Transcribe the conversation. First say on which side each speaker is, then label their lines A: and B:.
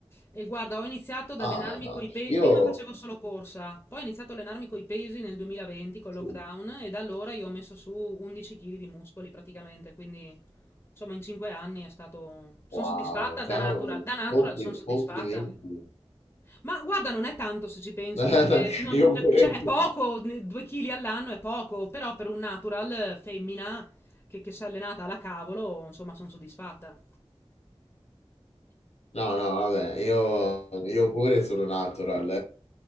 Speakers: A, on the left; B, on the left.
A: E guarda, ho iniziato ad allenarmi
B: Ah, no,
A: coi pe
B: io...
A: prima facevo solo corsa, poi ho iniziato a allenarmi coi pesi nel 2020 col
B: sì.
A: lockdown e da allora io ho messo su 11 chili di muscoli praticamente, quindi insomma in 5 anni è stato son
B: Wow,
A: soddisfatta
B: cavolo,
A: da natural da natural
B: compli-
A: son soddisfatta.
B: complimenti.
A: Ma guarda, non è tanto se ci pensi,
B: <laughs>
A: perché non-
B: Io
A: non-
B: pure
A: cioè, è poco, ne- due chili all'anno è poco, però per un natural femmina che, che si è allenata alla cavolo, insomma, sono soddisfatta.
B: no, no, vabbè, io io pure sono natural.